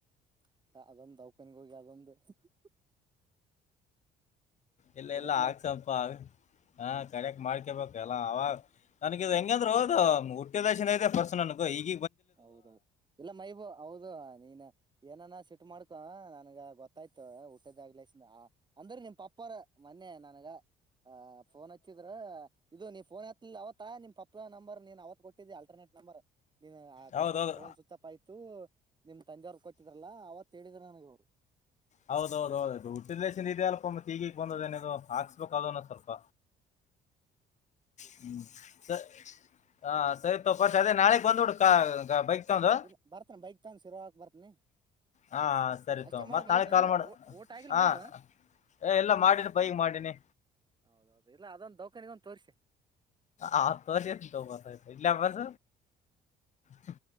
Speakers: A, on the right; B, on the left.
A: <unintelligible>
B: ಇಲ್ಲ
A: ಕಡೆಕ್
B: ಇಲ್ಲ
A: ಮಾಡ್ಕಿ
B: ಆಗ್ಸಪಾ. ಹಾ ಕಡಕ್ ಮಾಡ್ಕೊಬೇಕಲ್ಲಾ ಅವಾಗ ನನಗಿದದು ಹೆಂಗಂದ್ರರು ಹೌದು ಹುಟ್ಟಿದಶಿನ ಇದೆ ಪರ್ಸ ನನ್ಗು ಈಗ.
A: ಹೌದೌದು ಇಲ್ಲ ಮೈಬೂ ಹೌದು ನೀನ್ ಏನಾನ ಸಿಟ್ ಮಾಡ್ಕೊ ನನ್ಗ ಗೊತ್ತ. ಆಯ್ತು ಊಟದಾಗ್ಲ ಅಂದ್ರೆ ನಿಮ್ ಪಪ್ಪಾರ ಮೊನ್ನೆ ನನಗ. ಹ ಫೋನ್ ಹಚ್ಚಿದ್ರ. ಇದು ನೀ್ಫೋನ್ ಹತ್ ಅವತ್ತ ನಿಮ ಪಪ್ಪ ನಂಬರ್ ನೀನ್ ಅವತ್ ಕೊಟ್ಟಿದ್ದಿ ಅಲ್ಟರ್ನೇಟ್ ನಂಬರ್. ನಿ ಅಕಸ್ಮಾತ್
B: ಹೌದೌದು
A: ಫೋನ್ ಸ್ವಿಚಾಪ್ ಆಯ್ತು. ನಿಮ್ ತಂದೆಯವ್ರು ಕೊಟ್ಟಿದ್ರಾರಲ್ಲ ಅವತ್ ಹೇಳಿದ್ರ ನನಗೆ ಅವ್ರು.
B: ಹೌದೌದು ಹೌದ್ <unintelligible>
A: ಅವ್ರು
B: ಬಂದದೇನ. ಅದು ಹಾಕ್ಸ್ಬೇಕ ಅದನ ಸ್ವಲ್ಪ.
A: ಇಲ್ಲ
B: ಹ್ಮ ಸ ಹ ಸತ್. ರ್ ಅದೇ ನಾಳೆ ಬಂದು್ಡು ಬೈಕ್. ತಗೊಂಡು
A: ಇಲ್ಲ ಬರ್ತನ ಬೈಕ್ ತಗ ಶಿರಾಕ್ ಬರ್ತನಿ
B: ಹಾ ಸರಿ
A: ಅಷ್ಟೇ
B: ತೋ
A: ಮಾಡ
B: ಮತ್
A: ಮೈಬೂ
B: ನಾಳೆ ಕಾಲ್
A: ಹೆಂಗ
B: ಮಾಡು
A: ಊಟ ಆಗಿಲ್ಲ
B: ಹಾ
A: ಮೈಬೂ
B: ಏ ಇಲ್ಲ ಮಾಡೀನಿ ಬೈಗ್ ಮಾಡೀನಿ
A: ಹೌದೌದು ಇಲ್ಲ ಅದೊಂದ ದೌಕಾನಿಗೊಂದ ತೋರ್ಸಿ.
B: ಆತ <unintelligible> ಇಲ್ಲ ಅ. ಸ